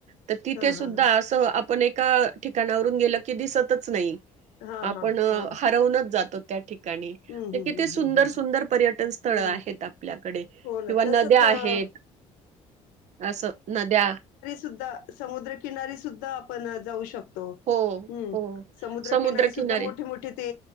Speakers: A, on the right; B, on the left.
A: तर तिथे
B: हां,
A: सुद्धा
B: हां, हां.
A: असं आपण एक. ए ठिकाणावरून गेलं की दिसतच नाही.
B: हां,
A: आपण
B: हां, हां.
A: हरवूनच जातो. त्या ठठी. काणी
B: हं,
A: ते
B: हं,
A: किती.
B: हं,
A: ते सुंदर
B: हं, हं,
A: सुंदर
B: हं.
A: पर्यटन. स्थळ
B: हं.
A: आहेत आपल्याकडे किंवा
B: हो ना. तसंच
A: नद्या आहेत
B: अ
A: असं नद्या.
B: ा समुद्रकिनारी सुद्धा आपण जाऊ शकतो.
A: हो,
B: ्म
A: हो.
B: समुद्रकिनारी
A: समुद्रकिनारे
B: सुद्धा मोठी मोठी ते